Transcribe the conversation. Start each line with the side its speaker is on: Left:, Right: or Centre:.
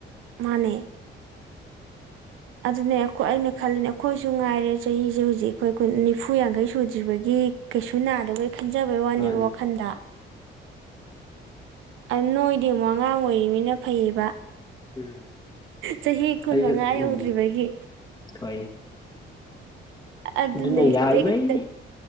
Right: ꯃꯥꯅꯦ ꯑꯗꯨꯅꯦ ꯑꯈꯣ ꯑꯩꯅ ꯈꯜꯂꯤꯅꯦ ꯑꯩꯈꯣꯏꯁꯨ ꯉꯥꯏꯔꯦ ꯆꯍꯤꯖꯦ ꯍꯧꯖꯤꯛ ꯑꯩꯈꯣꯏ ꯅꯤꯐꯨ ꯌꯥꯡꯈꯩ ꯁꯨꯗ꯭ꯔꯤꯕꯒꯤ ꯀꯩꯁꯨ ꯅꯥꯗꯕꯣꯏ ꯈꯟꯖꯕꯩ ꯋꯥꯅꯦꯕ
Left: ꯃꯥꯅꯦ
Right: ꯋꯥꯈꯟꯗ ꯑꯗꯨ ꯅꯣꯏꯗꯤ ꯑꯃꯨꯛ ꯑꯉꯥꯡ ꯑꯣꯏꯔꯤꯅꯤꯅ ꯐꯩꯌꯦꯕ
Left: ꯎꯝ
Right: ꯆꯍꯤ ꯀꯨꯟ
Left: ꯑꯩꯁꯨ
Right: ꯃꯉꯥ ꯌꯧꯗ꯭ꯔꯤꯕꯒꯤ
Left: ꯎꯝ ꯊꯣꯛꯏ
Right: ꯑꯗꯨꯅꯦ
Left: ꯑꯗꯨꯅ
Right: <inaudible>
Left: ꯌꯥꯔꯤꯉꯩ